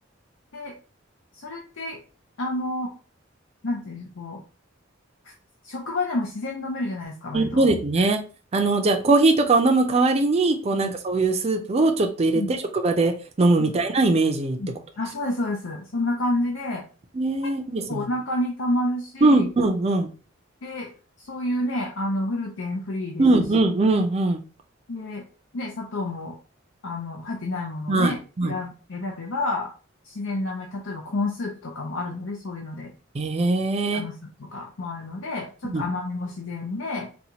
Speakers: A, on the left; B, on the right.
A: で、それって、あの、なんていうんでしょう、こう、職場でも自然に飲めるじゃないですか、割と。
B: そうですね。あの、じゃあ、コーヒーとかを飲む代わりに、こう、
A: うん
B: なんかそういうスープをちょっと入れて、
A: うん
B: 職場で飲むみたいなイメージってことです
A: うんうんあ、そうです、そうです。そんな感じで、
B: よね。いいですね。
A: こうお腹にたまるし、
B: うん、うん、うん。
A: で、そういうね、あの、グルテンフリーですし、
B: うん、うん、うん、うん。
A: で、ね、砂糖も、あの、入ってないものをね、
B: はい、は
A: 選、選べば、自然なめ、例えばコーンスープとかもあるので、そういうので、
B: い。
A: あのスープとかもあるので、
B: ええ
A: ちょっと甘みも自然で、
B: うん。